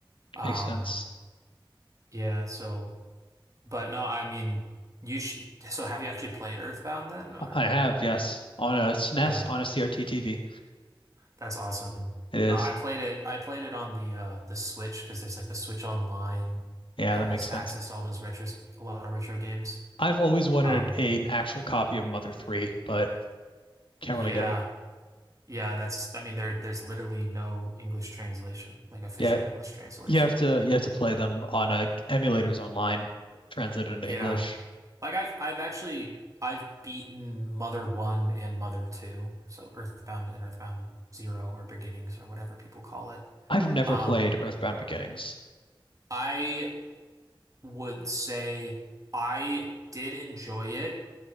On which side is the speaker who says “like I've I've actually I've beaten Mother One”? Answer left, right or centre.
Right